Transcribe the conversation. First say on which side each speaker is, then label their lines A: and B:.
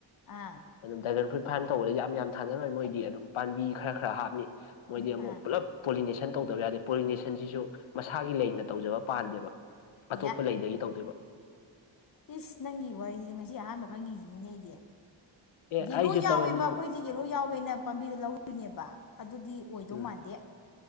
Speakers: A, on the left (about 45°); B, on the left (about 85°).
A: ꯑꯥ
B: ꯑꯗꯨꯝ ꯗ꯭ꯔꯥꯒꯟ ꯐ꯭ꯔꯨꯏꯠ ꯐꯥꯔꯝ ꯇꯧꯕꯗꯤ ꯌꯥꯝ ꯌꯥꯝ ꯊꯥꯅꯔꯣꯏ ꯃꯣꯏꯗꯤ ꯑꯗꯨꯝ ꯄꯥꯝꯕꯤ ꯈꯔ ꯈꯔ ꯍꯥꯞꯅꯤ ꯃꯣꯏꯗꯤ ꯑꯃꯨꯛ
A: ꯑꯥ
B: ꯄꯨꯂꯞ ꯄꯣꯂꯤꯅꯦꯁꯟ ꯇꯧꯗꯕ ꯌꯥꯗꯦ ꯄꯣꯂꯤꯅꯦꯁꯟꯁꯤꯁꯨ ꯃꯁꯥꯒꯤ ꯂꯩꯅ ꯇꯧꯖꯕ ꯄꯥꯟꯗꯦꯕ
A: ꯑꯌꯥ
B: ꯑꯇꯣꯞꯄ ꯂꯩꯗꯒꯤ ꯇꯧꯗꯣꯏꯕ
A: ꯏꯁ ꯅꯪꯒꯤ ꯋꯥꯔꯤꯖꯤꯗꯤ ꯉꯁꯤ ꯑꯍꯥꯟꯕ ꯈꯪꯉꯤꯖꯤꯅꯤꯅꯦ ꯑꯩꯗꯤ
B: ꯑꯦ
A: ꯌꯦꯜꯂꯣ
B: ꯑꯩꯁꯨ
A: ꯌꯥꯎꯋꯦꯕ
B: ꯇꯧꯔꯝꯅꯤ
A: ꯑꯈꯣꯏꯗꯤ ꯌꯦꯂꯣ ꯌꯥꯎꯋꯦꯅ ꯄꯥꯝꯕꯤꯗꯣ ꯂꯧꯔꯨꯔꯤꯅꯦꯕ ꯑꯗꯨꯗꯤ ꯑꯣꯏꯗꯧ
B: ꯎꯝ
A: ꯃꯥꯟꯗꯦ